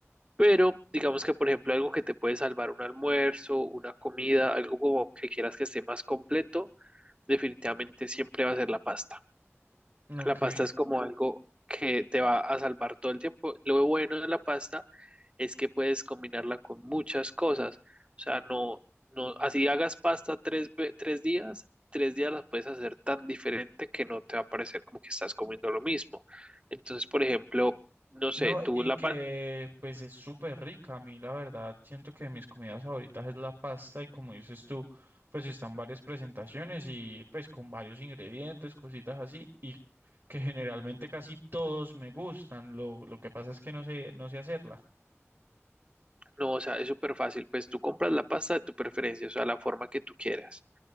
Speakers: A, on the right; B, on the right.
A: Pero digamos que, por ejemplo, algo que te puede salvar un almuerzo, una comida, algo como que quieras que esté más completo, definitivamente siempre va a ser la pasta.
B: Ok.
A: La pasta es como algo que te va a salvar todo el tiempo. Lo bueno de la pasta es que puedes combinarla con muchas cosas. O sea, no, no, así hagas pasta tres, ve- tres días, tres días las puedes hacer tan diferente que no te va a parecer como que estás comiendo lo mismo. Entonces, por ejemplo, no sé,
B: No,
A: tú
B: y
A: la
B: que
A: pasta,
B: pues es súper rica. A mí, la verdad, siento que de mis comidas favoritas es la pasta y como dices tú, pues están varias presentaciones y pues con varios ingredientes, cositas así, y que generalmente casi todos me gustan. Lo, lo que pasa es que no sé, no sé hacerla.
A: no, o sea, es súper fácil. Pues tú compras la pasta de tu preferencia, o sea, la forma que tú quieras.